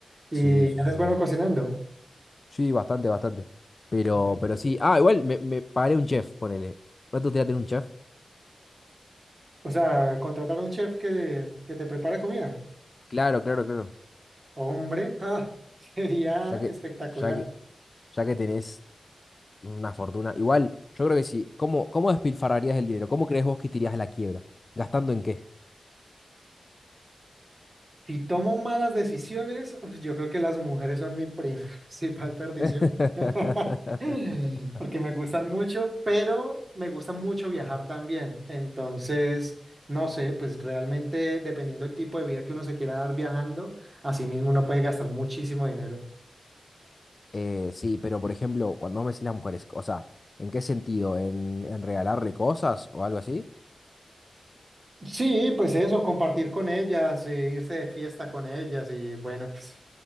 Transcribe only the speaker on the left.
Sí, sí, sí,
sí.
Sí, bastante, bastante. Pero,
pero
sí. Ah, igual me, me pagaré un chef, ponele. ¿No te gustaría tener un chef?
Claro, claro, claro.
Ya que,
ya que, ya que tenés una fortuna. Igual, yo creo que sí. ¿Cómo, cómo despilfarrarías el dinero? ¿Cómo crees vos que te irías a la quiebra? ¿Gastando en qué?
<laughs>
Eh, sí, pero por ejemplo, cuando vos me decís las mujeres, o sea, ¿en qué sentido? ¿En, en regalarle cosas o algo así?